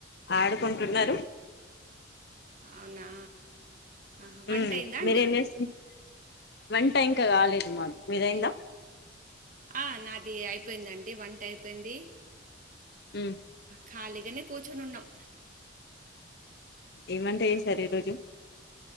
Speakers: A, on the left; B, on the right.
A: ఆడుకుంటున్నారు
B: ఆ అవునా ఆ, వంట
A: హు
B: అయిందా
A: మీరేం
B: అండి
A: చేస్సు వంట ఇంకా కాలేదు మాది మీదైందా
B: ఆ నాది అయిపోయిందండి వంటైయ్ ఏంది.
A: ఉ
B: ఖాళీగనే కూర్చొని ఉన్నాం
A: ఏం వంట చేస్తూ సరే రోజు